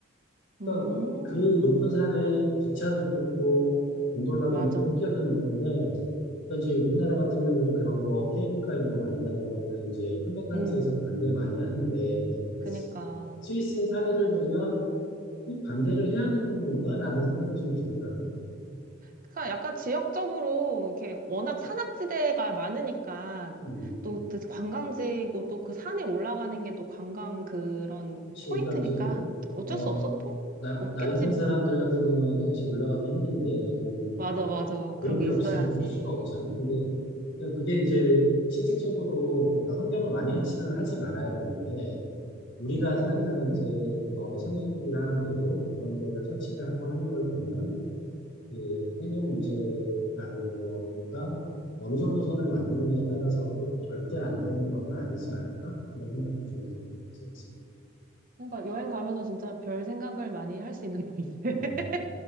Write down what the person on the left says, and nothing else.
그러니까
그 높은 산에 기차도 뚫고 곤돌라도
놓고 호텔도 놓는데 그 이제 우리나라 같은 경우도 그런 거 케이블카 이런 거 만든다 그러면 이제 환경단체에서
반대 많이 하는데
스위스의 사례를 보면 꼭 반대를 해야 되는 건가라는 생각이 좀 들더라고.
음,
그렇지.
그러니까 이제
어
나,
나이 든
사람들 같은 경우에는 사실 올라가기 힘든데 그럼
그런
게
없으면 볼 수가 없잖아. 근데 근데 그게 이제
실질적으로 그 환경을 많이 해치는 하지 말아야 되는데 우리가 생각하는
이제 어, 선진국이라는 것도 그런 거를 설치를 하고 하는 걸 보면 이 환경 문제라는 거가 어느 정도 선을 만드느냐에 따라서 꼭 절대 안 되는 거는 아니지 않을까? 이런 생각도 좀 들었었지.
음.